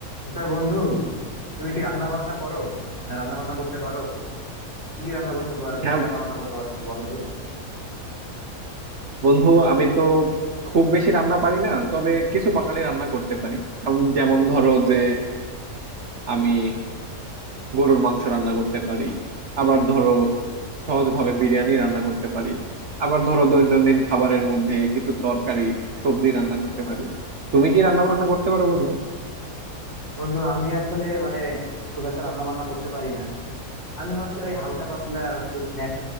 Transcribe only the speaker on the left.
আচ্ছা বন্ধু তুমি কি রান্না বান্না করো মানে রান্না বান্না করতে পারো কি কি রান্না করতে পারো কি
কি রান্না বান্না করতে পারো একটু বলো তো
বন্ধু আমি আসলে মানে খুব একটা রান্না বান্না করতে পারি না আমি হচ্ছে ওই হালকা পাতলা হচ্ছে স্ন্যাক্স